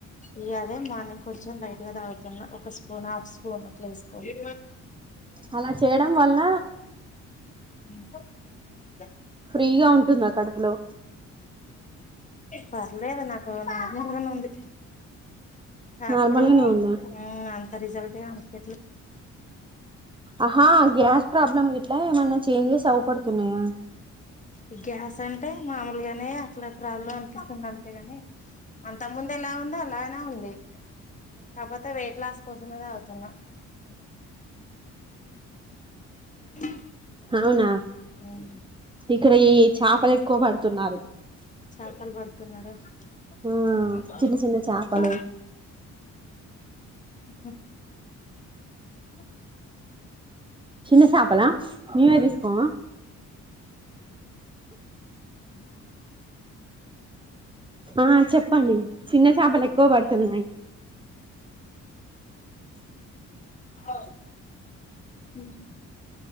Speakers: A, on the left; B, on the right.
A: ఇక అదే మార్నింగ్ కొంచెం లైట్ గా తాగుతున్న ఒక స్పూన్ హాఫ్ స్పూన్ అట్లా వేసుకోని
B: అలా చేయడం వల్ల
A: <unintelligible>
B: ఫ్రీగా ఉంటుందా కడుపులో
A: పర్లేదు నాకు నార్మూలుగానే ఉంది
B: నార్మల్గానే
A: అప్పుడు
B: ఉందా
A: ఆ అంతే రిజల్ట్ అనక ఎట్లొ
B: ఆహా గ్యాస్ ప్రాబ్లమ్ ఎ ఇట్లా ఏమన్నా చేంజెస్ అవ్వపడుతున్నాయా
A: ఈ గ్యాస్ అంటే మామూలుగానే అట్లా ప్రాబ్లం అనిపిస్తుంది అంతేగాని అంతకు ముందెఎలా ఉందో అల అ ఉంది కాకపోతే వెయిట్ లాస్ కోసమే తాగుతున్న ఉహ్
B: అవునా
A: ఉహ్
B: ఇక్కడ ఈ చాపలు ఎక్కువ పడుతున్నారు.
A: చాపలు పడుతున్నార. <unintelligible>
B: ఆ చిన్న చిన్న చేపలు
A: <unintelligible> ఉహ్ <unintelligible>
B: చిన్న చాపలా మీమే తీసుకోవా ఆ చెప్పండి చిన్న చాపలు ఎక్కువ పడుతున్నాయి.
A: అవు ఉహ్